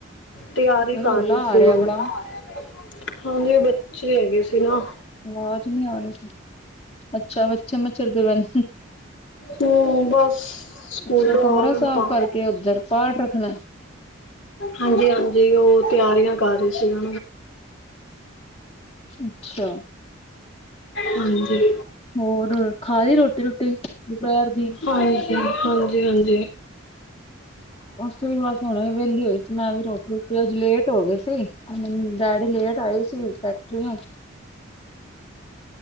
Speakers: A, on the left; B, on the left.
A: ਤਿਆਰੀ
B: ਰੋਲਾ
A: ਕਰ ਰਹੀ ਸੀ
B: ਆ ਰਿਹਾ
A: ਹੁਣੇ
B: ਬੜਾ
A: ਹੁਨ। ਹਾਂਜੀ, ਐ ਬੱਚੇ ਹੈਗੇ ਸੀ ਨਾ
B: ਅਵਾਜ ਨੀ ਆ ਰੀ ਸੀ। ਅੱਛਾ, ਬੱਚੇ ਮਛਰਦੇ ਪੇਨ।
A: ਹੂੰ ਬਸ ਸਕੂਲੋਂ
B: ਅੱਛਾ, ਕਮਰਾ
A: ਆ ਗਏ
B: ਸਾਫ
A: ਤਾਂ
B: ਕਾਰਕੇ ਓੱਧਰ ਪਾਠ ਰੱਖਣੈ।
A: ਹਾਂਜੀ, ਹਾਂਜੀ ਓ ਤਿਆਰੀਆਂ ਕਰ ਰਹੇ ਸੀ। <inaudible>
B: ਅੱਛਾ।
A: ਹਾਂਜੀ।
B: ਹੋਰ, ਖਾਲੀ ਰੋਟੀ, ਰੋਟੀ ਰੋਟੀ ਦੁਪਹਿਰ ਦੀ?
A: ਹਾਂਜੀ, ਹਾਂਜੀ, ਹਾਂਜੀ। <inaudible> <inaudible> ਹੰਜੀ
B: ਅਸੀਂ ਵੀ ਬਸ ਹੁਣੇ ਵਿਹਲੀ ਹੋਈ ਸੀ ਮੈਂ ਵੀ ਰੋਟੀ ਰੂਟੀ ਅੱਜ ਲੇਟ ਹੋ ਗਏ ਸੀ ਡੈਡੀ ਲੇਟ ਆਏ ਸੀ ਫੈਕਟਰੀਓ